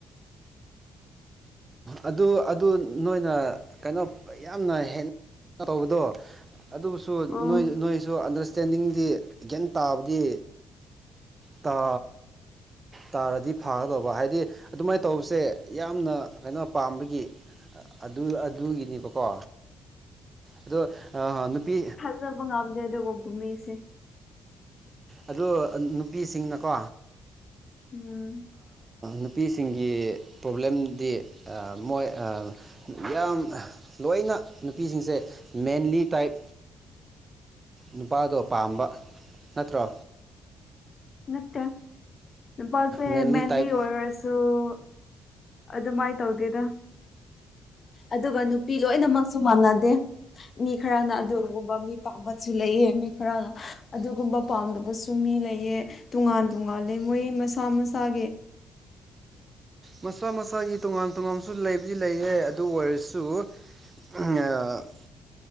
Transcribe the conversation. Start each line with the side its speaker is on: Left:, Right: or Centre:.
Right: ꯑꯗꯨ ꯑꯗꯨ ꯅꯣꯏꯅ ꯀꯩꯅꯣ ꯌꯥꯝꯅ ꯍꯦꯟꯅ ꯇꯧꯕꯗꯣ ꯑꯗꯨꯕꯨꯁꯨ
Left: ꯑꯣ
Right: ꯅꯣꯏ ꯅꯣꯏꯁꯨ ꯑꯟꯗꯔꯁꯇꯦꯟꯗꯤꯡꯗꯤ ꯒ꯭ꯌꯥꯟ ꯇꯥꯕꯗꯤ ꯇꯥ ꯇꯥꯔꯗꯤ ꯐꯥꯒꯗꯧꯕ ꯍꯥꯏꯗꯤ ꯑꯗꯨꯃꯥꯏꯅ ꯇꯧꯕꯁꯦ ꯌꯥꯝꯅ ꯀꯩꯅꯣ ꯄꯥꯝꯕꯒꯤ ꯑꯗꯨ ꯑꯗꯨꯒꯤꯅꯦꯕꯀꯣ ꯑꯗꯣ ꯑꯥ ꯅꯨꯄꯤ
Left: ꯊꯖꯥꯕ ꯉꯝꯗꯦ ꯑꯗꯨꯒꯨꯝꯕ ꯃꯤꯁꯦ
Right: ꯑꯗꯨ ꯅꯨꯄꯤꯁꯤꯡꯅꯀꯣ
Left: ꯎꯝ
Right: ꯅꯨꯄꯤꯁꯤꯡꯒꯤ ꯄ꯭ꯔꯣꯕ꯭ꯂꯦꯝꯗꯤ ꯃꯣꯏ ꯌꯥꯝ ꯂꯣꯏꯅ ꯅꯨꯄꯤꯁꯤꯡꯁꯦ ꯃꯦꯟꯂꯤ ꯇꯥꯏꯞ ꯅꯨꯄꯥꯗꯣ ꯄꯥꯝꯕ ꯅꯠꯇ꯭ꯔꯣ
Left: ꯅꯠꯇꯦ ꯅꯨꯄꯥꯁꯦ
Right: ꯃꯦꯟꯂꯤ
Left: ꯃꯦꯟꯗꯤ
Right: ꯇꯥꯏꯞ
Left: ꯑꯣꯏꯔꯣꯏꯁ ꯑꯗꯣ ꯑꯗꯨꯃꯥꯏ ꯇꯧꯗꯦꯗ ꯑꯗꯨꯒ ꯅꯨꯄꯤ ꯂꯣꯏꯅꯃꯛꯁꯨ ꯃꯥꯟꯅꯗꯦ ꯃꯤ ꯈꯔꯅ ꯑꯗꯨꯒꯨꯝꯕ ꯃꯤ ꯄꯥꯝꯕꯁꯨ ꯂꯩꯌꯦ ꯃꯤ ꯈꯔꯅ ꯑꯗꯨꯒꯨꯝꯕ ꯄꯥꯝꯗꯕꯁꯨ ꯃꯤ ꯂꯩꯌꯦ ꯇꯣꯉꯥꯟ ꯇꯣꯉꯥꯂꯦ ꯃꯣꯏ ꯃꯁꯥ ꯃꯁꯥꯒꯤ
Right: ꯃꯁꯥ ꯃꯁꯥꯒꯤ ꯇꯣꯉꯥꯟ ꯇꯣꯉꯥꯟꯕꯁꯨ ꯂꯩꯕꯨꯗꯤ ꯂꯩꯌꯦ ꯑꯗꯨ ꯑꯣꯏꯔꯁꯨ <unintelligible>